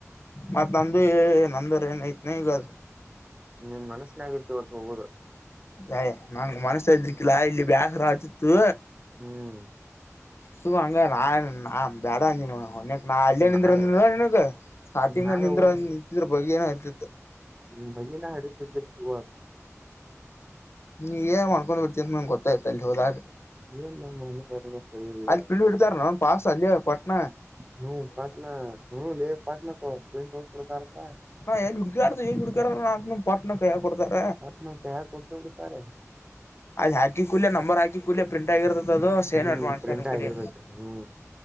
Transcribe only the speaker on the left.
ಮತ್ ನಂದು ಎ ನಂದರ ಏನ ಐತ್ನ ಈಗ ಅದು.
ಅಯ ನಂಗ್ ಮನ್ಸ್ತಾ ಇದ್ರಕ್ಕಿಲ್ಲಾ ಇಲ್ಲಿ ಬ್ಯಾಸ್ರ ಆತಿತ್ತು.
ಸು ಹಂಗ ನಾ ನಾ ಬೇಡ ನಿಮ್ಮ ಒ <unintelligible> ನಾ ಅಲ್ಲಿಯ ನಿಂದ್ರ
ಅಂದಿಲ ನಿನಗ್ ಸ್ಟಾರ್ಟಿಂಗ್
ನಿಂದ್ ನಿಂತಿದ್ರ ಬಗೆನ ಅರ್ತತ್ತು.
ನೀ ಏನ್ ಮಾಡ್ಕೊಂಡ್ ಬಿಡ್ತ ಅಂತ ನಂಗ್ ಗೊತ್ತ್ತ ಅಲ್ಲಿ ಹೋದಾಗ.
ಅಲ್ಲಿ
ಪಿಲ್ ಹೊಡ್ ತಾರ ನ ಪಸ ಅಲ್ಲಿಯ ಪಟ್ಣ
ಹಾಂ ುಕ ಆಡ್ತುುಡ್ಕಾರ ನ ನು ಪಾರ್ಟ್ನ ಕ <unintelligible> ಡ್ತ
ಅದ ಹಾಕಿ ಕೂಡ್ಲೆ ನಂಬರ್ ಹಾಕಿದ್ ಕೂಡ್ಲೆ ಪ್ರಿಂಟ್ ಆಗಿರ್ತದ ಅದು ಸೇನ್
ನಟ್ ಮಾಡ್ತಾರೆ
ಬಿಡಿ